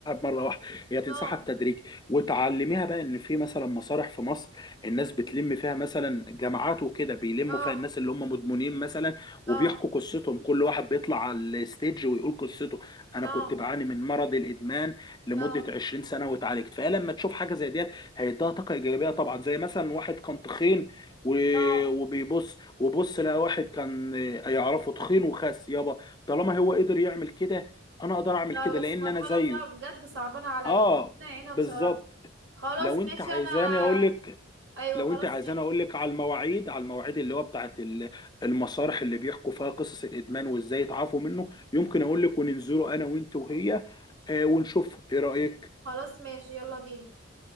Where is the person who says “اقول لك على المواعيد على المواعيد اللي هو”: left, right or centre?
Left